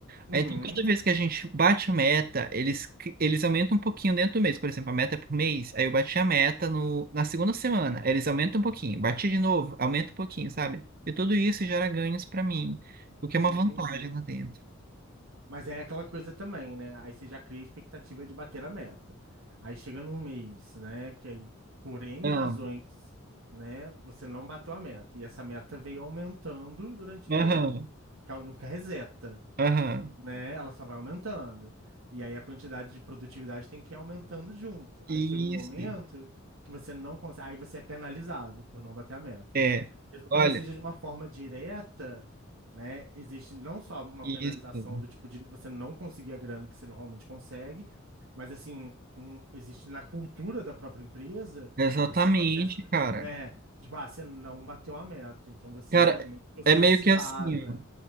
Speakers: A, on the right; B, on the right.
A: Uhum,
B: É, Então, cada vez que a gente bate a meta, eles, cri- eles aumentam um pouquinho dentro do mês. Por exemplo, a meta é por mês, aí eu bati a meta no, na segunda semana, aí eles aumentam um pouquinho. Bati de novo, aumenta um pouquinho, sabe? E tudo isso gera ganhos pra mim, o que é uma
A: entendi.
B: vantagem lá dentro.
A: Mas é aquela coisa também, né? Aí você já cria a expectativa de bater a meta. Aí chega num mês, né? Que aí, por N
B: Aham,
A: razões, né? Você não bateu a meta. E essa meta veio aumentando durante o
B: aham,
A: tempo. Porque ela nunca reseta
B: aham.
A: né? Ela só vai aumentando. E aí a quantidade de produtividade tem que ir aumentando junto. Aí
B: Isso.
A: chega um momento que você não consegue, aí você é penalizado por não bater a meta.
B: É,
A: Mesmo que
B: olha,
A: não seja de uma forma direta, né? Existe não só uma
B: isso.
A: penalização do tipo de você não conseguir a grana que você normalmente consegue, mas assim, um- existe na cultura da própria empresa
B: Exatamente,
A: esse processo do tipo,
B: cara.
A: é, de, ah, você não bateu a meta, então você
B: Cara,
A: é meio que ostracizado,
B: é meio que assim.
A: é.
B: ó.